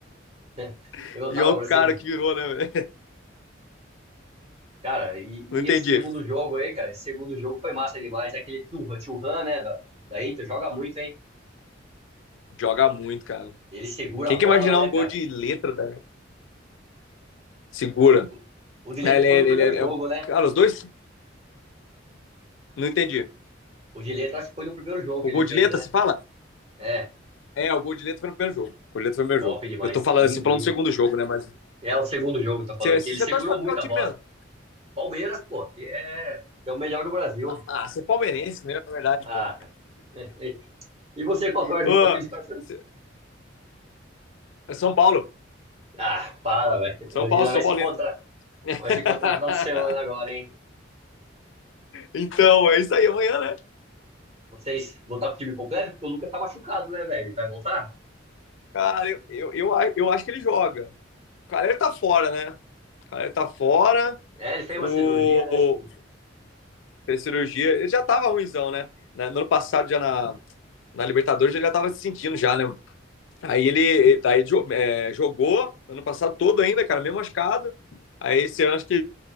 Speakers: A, on the right; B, on the left.
A: <laughs>
B: <laughs>
A: Levantava
B: E olha
A: pra
B: o cara
A: cima.
B: que virou, né? velho?
A: Cara, e,
B: Não entendi.
A: e esse segundo jogo aí, cara, esse segundo jogo foi massa demais. é Aquele Turra, Turran, né, da, da Inter, joga muito, hein?
B: Joga muito, cara.
A: Ele segura
B: Quem
A: a bola,
B: que imaginar
A: né,
B: um
A: cara?
B: gol de letra, da Segura.
A: O, o De Ligt
B: Ah, Ele,
A: foi no
B: ele,
A: primeiro
B: ele,
A: jogo,
B: é-
A: né?
B: cara, os dois, não entendi.
A: O De Ligt, acho que foi no primeiro jogo que
B: O
A: ele
B: gol
A: fez,
B: de letra,
A: né?
B: se fala?
A: É,
B: É, o gol de letra foi no primeiro jogo. O gol de letra foi no primeiro
A: top
B: jogo.
A: demais.
B: Eu tô falando,
A: Lindo,
B: você falando
A: lindo.
B: do segundo jogo, né? Mas
A: É o segundo jogo, tá falando
B: você,
A: aqui.
B: você
A: Ele segurou
B: torce pra qual
A: muito a
B: time
A: bola.
B: mesmo?
A: Palmeiras, pô, que é, que é o melhor do Brasil.
B: Ah, você é palmeirense mesmo, na verdade,
A: Ah,
B: pô.
A: cara. <laughs> E e você qual torce?
B: Ô,
A: Qual time você torce?
B: você- é São Paulo.
A: Ah, para, velho.
B: São Paulo,
A: E nós
B: São
A: vai se
B: Paulino.
A: encontrar. Nós
B: <laughs>
A: vai se encontrar no final de semana agora, hein?
B: então, é isso aí, amanhã, né?
A: Vocês voltar pro time completo? Porque o Lucas tá machucado, né, velho? Vai voltar?
B: Cara, eu, eu, eu, a- eu acho que ele joga. Cara, ele tá fora, né? Cara, ele tá fora.
A: É, ele fez
B: O,
A: uma cirurgia, né? Acho que
B: o fez cirurgia, ele já tava ruimzão, né? Na- No ano passado, já na, na Libertadores, ele já tava se sentindo já, né? Aí ele daí, jo- é, jogou ano passado todo ainda, cara, meio machucado. Aí esse ano acho que